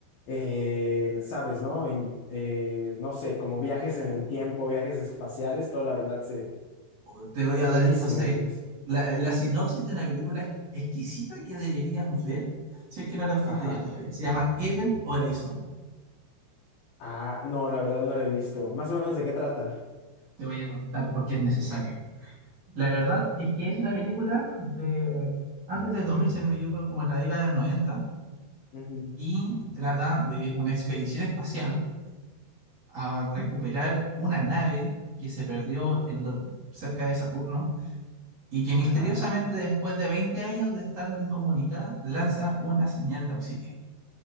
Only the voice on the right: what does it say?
O te voy a
dar
entonces
la, la sinopsis de una película ex- exquisita que deberías ver si es que no la has
visto ya todavía. Se llama Event Horizon.
Te voy a contar por qué es necesario. La verdad es que es una película de antes del 2000, si no me equivoco, como en la década del noventa
y trata de una expedición espacial a recuperar una nave que se perdió en lo- cerca de Saturno y que misteriosamente
después de 20 años de estar incomunicada lanza una señal de auxilio.